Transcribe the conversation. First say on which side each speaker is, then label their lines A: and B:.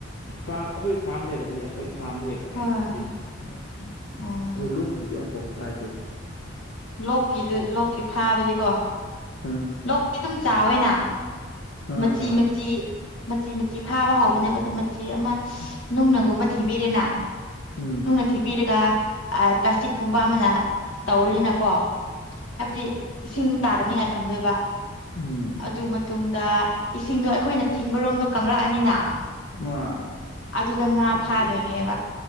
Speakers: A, on the left; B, on the left.
A: ꯐꯥꯔꯝ ꯑꯩꯈꯣꯏ ꯐꯥꯔꯝ ꯂꯩꯕꯗ ꯍꯦꯛ ꯑꯩꯈꯣꯏ ꯐꯥꯔꯝꯗ ꯍꯦꯛ ꯐꯥꯏꯌꯦꯕ
B: ꯍꯣꯏ
A: ꯑꯗꯨꯗꯤ ꯍ ꯎꯝ
B: ꯑꯣ
A: ꯑꯗꯨ ꯂꯣꯛꯀꯤ ꯑꯗꯨꯗꯤ ꯑꯃꯨꯛꯐꯥꯎ ꯇ꯭ꯔꯥꯏ ꯇꯧꯗ꯭ꯔꯤ
B: ꯂꯣꯛꯀꯤꯗꯨ ꯂꯣꯛꯀꯤ ꯐꯥꯕꯗꯤꯀꯣ
A: ꯎꯝ
B: ꯂꯣꯛꯀꯤ ꯑꯗꯨꯝ ꯆꯥꯎꯋꯦꯅ
A: ꯑꯥ
B: ꯃꯆꯤ
A: ꯆꯥꯎꯋꯦ
B: ꯃꯆꯤ ꯃꯆꯤ ꯃꯆꯤ ꯐꯥꯕ ꯍꯥꯎꯕꯅꯦꯕ ꯃꯆꯤ ꯑꯃ
A: ꯎꯝ
B: ꯅꯨꯡꯅꯒꯨꯝꯕ ꯊꯤꯡꯕꯤꯔꯦꯅ
A: ꯎꯝ
B: ꯅꯨꯡꯅ ꯊꯤꯟꯕꯤꯔꯒ ꯄ꯭ꯂꯥꯁꯇꯤꯛꯀꯨꯝꯕ ꯑꯃꯅ ꯇꯧꯔꯅꯤꯅꯀꯣ ꯍꯥꯏꯕꯗꯤ ꯏꯁꯤꯡ ꯇꯥꯗꯅꯤꯉꯥꯏ ꯊꯝꯗꯣꯏꯕ
A: ꯎꯝ
B: ꯑꯗꯨ ꯃꯇꯨꯡꯗ ꯏꯁꯤꯡꯗꯣ ꯑꯩꯈꯣꯏꯅ ꯊꯤꯡꯕꯔꯣꯝꯗꯣ ꯀꯪꯔꯛꯑꯅꯤꯅ
A: ꯎꯝ ꯑꯥ
B: ꯑꯗꯨꯗ ꯉꯥ
A: ꯑꯣꯀꯦ
B: ꯐꯥꯗꯣꯏꯅꯦꯕ